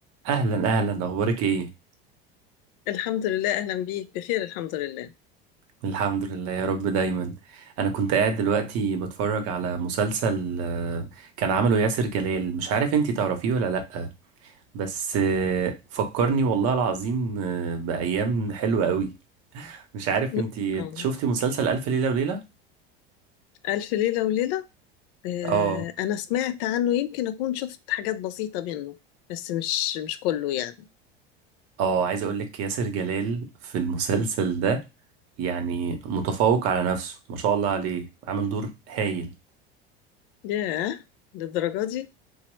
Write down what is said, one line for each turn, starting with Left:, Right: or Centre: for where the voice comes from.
Right: اهلا اهلا اخبارك ايه
Left: الحمد لله أهلا بيك بخير الحمد لله
Right: الحمد لله يا رب دايما انا كنت قاعد دلوقتي بتفرج على مسلسل آه، كان عمله ياسر جلال مش عارف انتي تعرفيه ولا لأ بس آه، فكرني والله العظيم آه، بأيام حلوة قوي مش عارف
Left: م-
Right: انتي
Left: آه.
Right: شفتي مسلسل ألف ليلة وليلة
Left: ألف ليلة وليلة آه
Right: اه
Left: أنا سمعت عنه يمكن أكون شفت حاجات بسيطة منه بس مش مش كله يعني
Right: اه عايز اقولك ياسر جلال في المسلسل ده يعني متفوق على نفسه ما شاء الله عليه عامل دور هايل
Left: ياه للدرجة دي